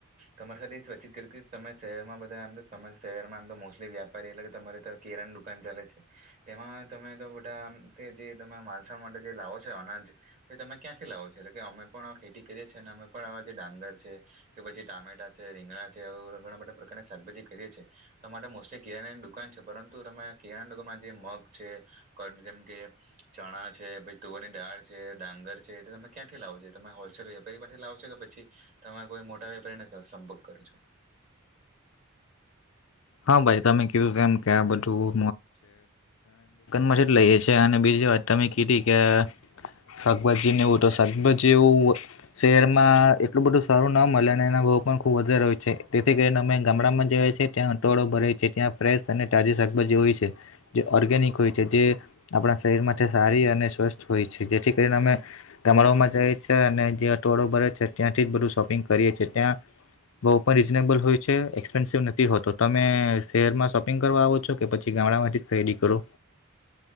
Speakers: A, on the right; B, on the left.
A: તમારી સાથે એ જ વાતચીત કરી કે તમે શહેરમાં બધા આમ તો <inaudible> શહેરમાં આમ તો મોસ્ટલી વ્યાપારી એટલે કે તમારે તો કેરાની દુકાન ચાલે છે તેમાં તમે તો બધા આમ તે જે તમે માલસામાન જે લાવો છો. છે અનાજ તે તમે ક્યાંથી લાવો છો? એટલે કે અમે પણ ખેતી કરીએ છે, અને અમે પણ જે ડાંગર છે કે પછી ટામેટા છે, રીંગણા છે <inaudible> ઘણા બધા પ્રકારની શાકભાજી કરીએ છે તો માટે મોસ્ટલી કિરાણાની દુકાન છે પરંતુ તમે કિરણા દુકાનમાં જે મગ છે કટ જેમ કે ચણા છે પ તુવરની દાળ છે, ડાંગર છે તે તમે ક્યાંથી લાવો જે તમે હોલસેલ વેપારી પરથી લાવો છો કે પછી તમારા કોઈ મોટા વેપારીને સંપર્ક કરો છો.
B: હા ભાઈ. તમે કીધું કેમ કે આ બધું મોત <unintelligible> લઈએ છે. અને બીજી વાત તમે કીધી કે શાકભાજી ને એવું તો, શાકભાજી એવું શહેરમાં એટલું બધું સારું ના મલે, અને એના ભાવ પણ ખુબ વધારે હોય છે. તેથી કરીને અમે ગામડામાં જવા છે ત્યાં ટવાડો ભરાય છે, ત્યાં ફ્રેશ અને તાજી શાકભાજી હોય છે. જે ઓર્ગેનિક હોય છે. જે આપણા શરીર માટે સારી અને સ્વસ્થ હોય છે. જેથી કરીને અમે ગામડાઓમાં જાઈએ છે અને જે અટવાડો ભરાય છે ત્યાંથી જ બધું શોપિંગ કરીએ છે. ત્યાં ભાવ પણ રીઝનેબલ હોય છે, એક્સપેન્સિવ નથી હોતો. તમે શહેરમાં શોપિંગ કરવા આવો છો કે પછી ગામડામાંથી જ ખરીદી કરો?